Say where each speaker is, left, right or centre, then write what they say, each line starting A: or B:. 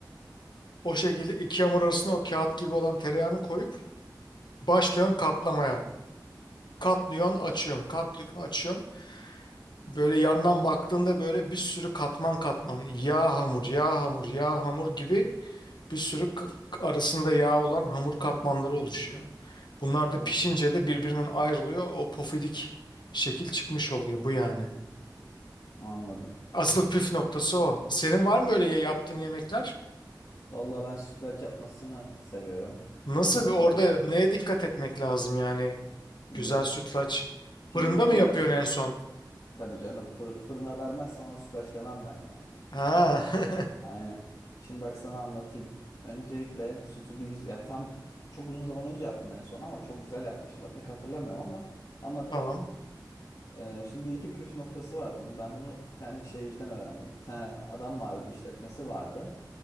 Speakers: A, on the left (about 75°); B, on the left (about 50°).
A: O şekilde iki hamur arasına o kağıt gibi olan tereyağını koyup başlıyorsun katlamaya. Katlıyorsun açıyorsun katlıyorsun açıyorsun. Böyle yandan baktığında böyle bir sürü katman katman yağ hamur yağ hamur yağ hamur gibi bir sürü k- arasında yağ olan hamur katmanları oluşuyor. Bunlar da
B: ha.
A: pişince de birbirinden ayrılıyor. O pofidik şekil çıkmış oluyor bu yani.
B: Anladım.
A: Asıl püf noktası o. Senin var mı böyle yaptığın yemekler?
B: Vallahi ben sütlaç yapmasını seviyorum.
A: Nasıl
B: Sütlacı
A: bir- orada
B: bayılırım.
A: neye dikkat etmek lazım yani?
B: Şimdi
A: Güzel sütlaç.
B: şimdi
A: Fırında
B: normal
A: mı yapıyorsun
B: süt
A: en son?
B: tabii canım fır- fırına vermezsen ona sütlaç demem ben yani.
A: Ha. <laughs>
B: Aynen. Şimdi bak sana anlatayım. Öncelikle sütü bir güzel ya tam çok uzun zaman önce yaptım en son ama çok güzel yapmıştım da pek hatırlamıyorum ama anlatacağım
A: Tamam.
B: sana. Ee, şimdi bir iki püf noktası var bunun. Ben bunu bir tane şeyciden öğrendim. Bir tane adam vardı, işletmesi vardı.